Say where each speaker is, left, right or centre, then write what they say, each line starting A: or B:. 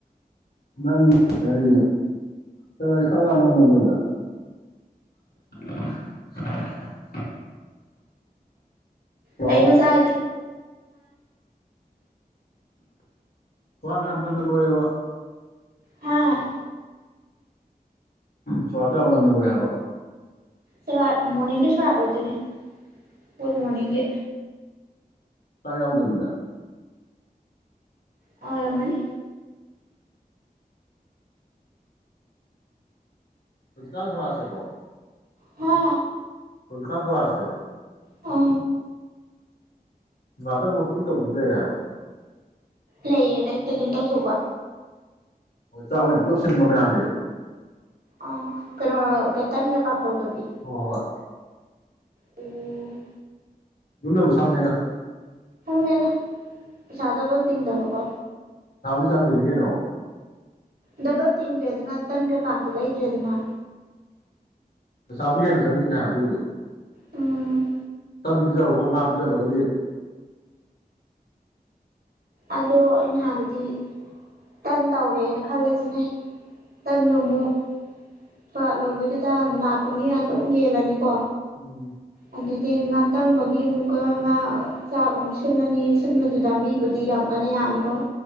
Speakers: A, on the left; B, on the right.
A: ꯅꯪꯒꯤ ꯀꯔꯤ ꯀꯩꯅꯣ ꯏꯁꯥ ꯌꯥꯝ ꯉꯟꯅꯕꯣꯏꯗ <unintelligible> <inaudible> ꯍꯜꯂꯣ
B: ꯀꯩꯅꯣ ꯆꯥꯏꯗꯤ
A: ꯋꯥ ꯉꯃꯅ ꯂꯣꯏꯦꯕ
B: ꯍꯥ
A: ꯁꯣꯔꯇ ꯌꯥꯝ ꯉꯟꯅ ꯂꯣꯏ ꯍꯥꯏꯕ
B: ꯁꯔ ꯃꯣꯔꯅꯤꯡꯒꯤ ꯁꯣꯔꯥꯔ ꯑꯣꯏꯗꯣꯏꯅꯦ ꯒꯨꯗ ꯃꯣꯔꯅꯤꯡꯒꯤ
A: ꯆꯥꯛ ꯌꯥꯎꯗꯕꯤꯗ
B: ꯑ ꯔꯃꯅꯤ
A: ꯍꯖꯤꯀꯥꯟ ꯈꯔꯁꯦꯕꯣ
B: ꯍꯥ
A: ꯑꯣꯗꯨꯀꯥꯟ ꯊꯂꯁꯦ
B: ꯑ
A: ꯉꯥꯛꯇꯪ ꯃꯄꯨꯟ ꯇꯧꯕꯗꯤ ꯂꯩꯔꯦ ꯍꯥꯏꯕ
B: ꯂꯩꯌꯦꯅ ꯑꯌꯨꯛꯇ ꯑꯗꯨꯝ ꯇꯧꯊꯣꯛꯄ
A: ꯍꯣꯏ ꯆꯥꯛ ꯑꯣꯏꯅ ꯄꯨꯜꯂꯞ ꯁꯤꯟꯕ ꯃꯌꯥꯝꯒꯤ
B: ꯑ ꯀꯩꯅꯣꯀꯦꯇꯟ ꯀꯩꯀꯥ ꯇꯧꯗꯕꯤ
A: ꯍꯣꯏ ꯍꯣꯏ
B: ꯎ
A: ꯌꯅꯕꯨꯁꯃꯦꯗ
B: ꯃꯦ ꯆꯥꯗꯕ ꯇꯤꯟꯗꯕ ꯀꯣ
A: ꯊꯥꯗꯤ ꯆꯪꯗꯅꯤ ꯀꯩꯅꯩꯅꯣ
B: ꯗꯕꯜ ꯇꯤꯡ꯭ꯔ ꯑꯗꯨꯅ ꯇꯟꯒ ꯀꯥꯇꯤ ꯂꯩ ꯂꯩꯗ꯭ꯔꯦꯗꯅ
A: ꯆꯥꯕꯗꯤ ꯍꯦꯟꯅ ꯆꯪꯗꯣꯏꯅ ꯍꯥꯏꯕꯗꯨꯏꯗꯣ
B: ꯎꯝ
A: ꯀꯟ ꯄꯤꯖꯕꯒ ꯉꯥ ꯄꯤꯖꯕꯒꯗꯤ
B: ꯑꯗꯣ ꯑ ꯅ ꯍꯥꯏꯕꯗꯤ ꯇꯟ ꯇꯧꯔꯦꯅ ꯈꯜꯂꯁꯤꯅꯦ ꯇꯪꯗꯣ ꯑꯃꯨꯛ ꯁꯨꯔꯥꯠ ꯂꯣꯏꯕꯗꯨꯗ ꯂꯥꯛꯄ ꯃꯤ ꯌꯥꯝꯇ ꯑꯃꯨꯛ ꯌꯦꯜꯂꯅꯤꯀꯣ
A: ꯎꯝ
B: ꯑꯗꯨꯗꯤ ꯉ ꯇꯪꯕꯒꯤ ꯑꯃꯨꯛꯀ ꯉꯥ ꯆꯥꯛ ꯑꯃꯨꯛ ꯁꯤꯜꯂꯅꯤ ꯁꯤꯟꯕꯗꯨꯗ ꯃꯤꯕꯨ ꯗꯤ ꯌꯥꯝ ꯀꯟꯅ ꯌꯥꯝꯃꯔꯣꯏ